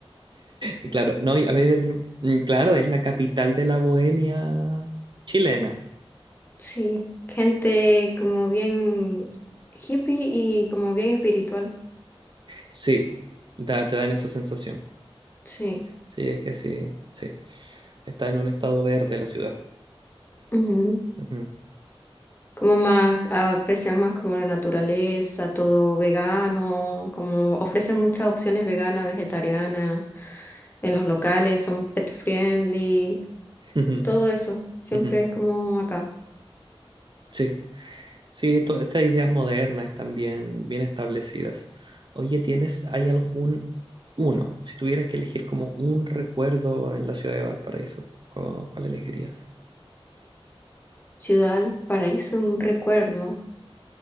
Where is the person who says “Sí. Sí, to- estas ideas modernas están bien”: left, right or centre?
Right